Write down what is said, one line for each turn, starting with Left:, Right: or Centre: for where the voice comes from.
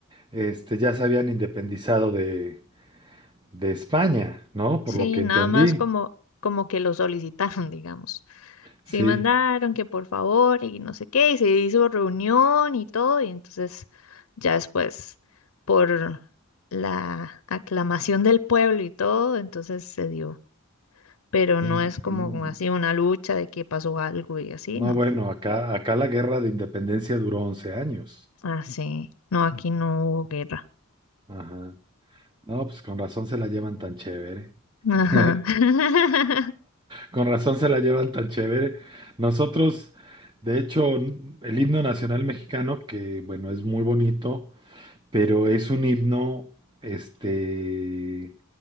Right: este, ya se habían independizado de, de España, ¿no? Por
Left: Sí,
Right: lo que entendí.
Left: nada más como, como que lo solicitaron, <laughs> digamos.
Right: Sí,
Left: Sí, mandaron que por favor y no sé qué, y se hizo reunión y todo, y entonces ya después, por la aclamación del pueblo y todo, entonces se dio. Pero
Right: sí.
Left: no es como así una lucha de que pasó algo y así,
Right: No,
Left: no.
Right: bueno, acá, acá la guerra de independencia duró 11 años.
Left: Así, no, aquí no hubo guerra.
Right: Ajá. No, pues con razón se la llevan tan chévere.
Left: Ajá.
Right: <laughs>
Left: <laughs>
Right: Con razón se la llevan tan chévere. Nosotros, de hecho, el himno nacional mexicano, que bueno, es muy bonito. pero es un himno este,